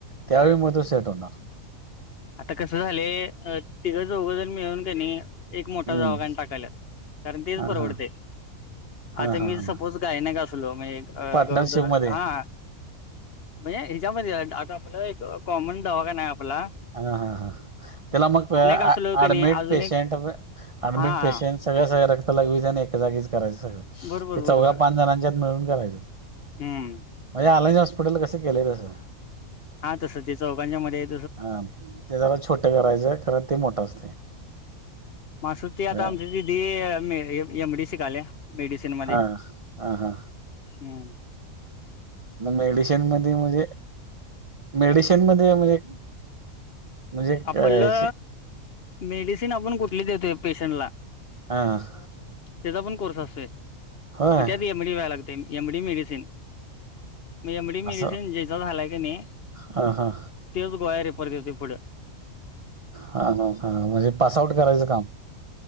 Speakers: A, on the right; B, on the left.
A: त्यावेळीं मंग तो सेट होणारं
B: आता कसं झालं अ तिघं चौघंजणं मिळूंन त्यांनी- एक मोठां
A: हम्म
B: दवाखाना टाकलां कारणं तेचं
A: हा
B: परवडते
A: हा हा
B: आता
A: हा
B: मी
A: हा
B: सपोजं गायंनीक असलो मं एक
A: पार्टनरशिप
B: गरोदर
A: मध्ये
B: हां. म्हंये ह्याच्यामंध्ये आता आपलं एक कॉमन दवाखाना हांय आपलां.
A: हां हां हां त्यालां मंग
B: असलो कणी
A: एडमिट
B: अजून
A: पेशंट
B: एक
A: ऍडमिट
B: हा
A: पेशंट सगळ्यां सगळ्यां रक्तं लगवीचं आणि एकांजागीचं करायचं सगळं
B: बरोबर
A: ते
B: बरोबर
A: चौघा पांच जणांच्यांत मिळूंन करायचं
B: हम्म
A: माझं आयलाईज हॉस्पिटल कसं केलं आहे तसं
B: हां तसं ते चौघांच्या मंध्यें
A: हां ते जरा छोटं करायचं खरं ते मोठं असते
B: माशुंती आता
A: हा
B: आमंची ती एम डी सी शिकाल्यां मेडिसिन मंध्यें
A: हा हा हा.
B: हम्मं.
A: मंग मेडिसिनं मध्यें म्हणजे मेडिसिनं मध्यें म्हणजे म्हणजे
B: आपला
A: काय ह्याची
B: मेडिसिनं आपणं कुंठली देतोय पेशंटलां
A: हां
B: त्यांचा पणं कोर्स असेलं
A: होय
B: मंग त्यांत एमडी व्हायंला लागते एमडी मेडिसिनं. मं एमडी
A: असं
B: मेडिसिनं ज्यांचा झालायं कां नाहीं
A: हा हा
B: तेचं गोळ्यां रेपरदेतोयपुंढ
A: हां हां म्हणजे पांस आऊट करायचं कामं